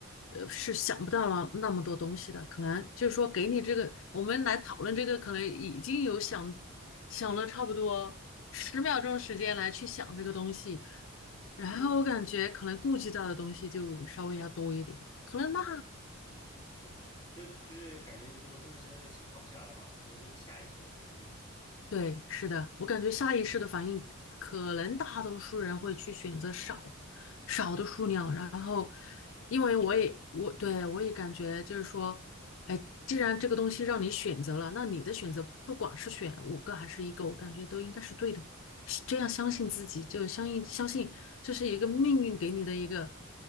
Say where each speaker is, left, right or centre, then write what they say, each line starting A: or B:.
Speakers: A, on the left (about 60°); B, on the left (about 20°).
A: 呃，是想不到了那么多东西的。可能就是说给你这个，
B: 嗯
A: 我们来讨论这个，可能已经有想想了差不多十秒钟时间来去想这个东西。
B: 嗯
A: 然后我感觉可能顾及到的东西就稍微要多一点，可能那，
B: 嗯，确实，就就是感觉如果真的是在这个情况下的话，很多都是下意识的反应，
A: 对，是的，我感觉下意识的反应，可能大多数人会去选择少少的数量，然后，
B: 是，
A: 因为我也我对我也感觉就是说，哎，既然这个东西让你选择了，那你的选择不管是选五个还是一个，我感觉都应该是对的，是这样相信自己，就相应相信这是一个命运给你的一个